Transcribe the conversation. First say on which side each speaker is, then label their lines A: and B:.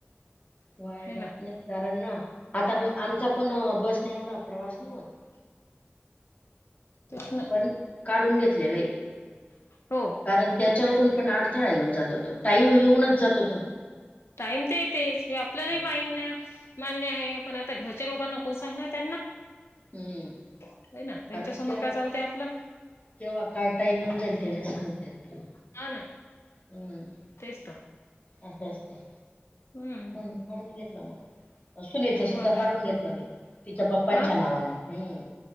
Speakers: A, on the left; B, on the left.
A: वाय
B: है
A: जात
B: ना
A: नाही कारण ना, आता आमचा पण बसनं एवढा प्रवास नाही होतं.
B: तेच ना
A: पण काढून घेतलेलं आहे
B: हो
A: कारण,, त्याच्यावरून पण अडथळा येऊन जातो तो, टाइम येऊनच जातो तो.
B: टाईम तर येतेच हे आपल्यालाही
A: हम्म
B: माहिन्या मान्य आहे, पण आता घरच्या लोकांना कोण सांगणार त्यांना?
A: हम्म.
B: होय ना त्यांच्यासमोर
A: कारण केव्हा
B: काय चालतंय आपलं.
A: केव्हा काय टाईम येऊन जाईल ते नाही सांगता येत काही.
B: हा ना
A: हा
B: तेच तर
A: असंं असतयं
B: हम्म
A: म्हणून काढून घेतलं मग, सुनीचं
B: नाही
A: सुद्धा
B: मला
A: काढून घेतलं मी तिच्या पप्पांच्या
B: अ
A: नावानी. हं